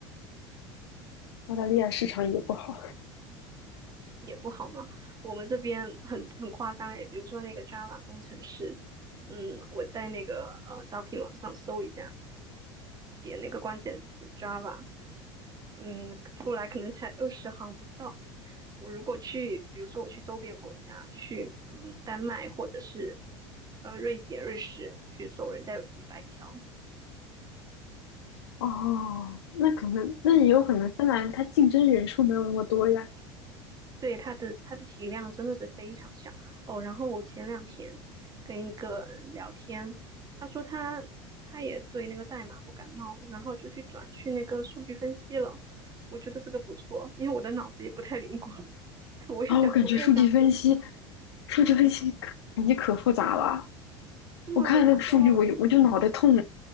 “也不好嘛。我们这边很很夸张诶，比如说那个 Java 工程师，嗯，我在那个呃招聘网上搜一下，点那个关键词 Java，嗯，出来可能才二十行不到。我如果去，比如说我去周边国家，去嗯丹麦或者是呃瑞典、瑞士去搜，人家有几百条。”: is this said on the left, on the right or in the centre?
Right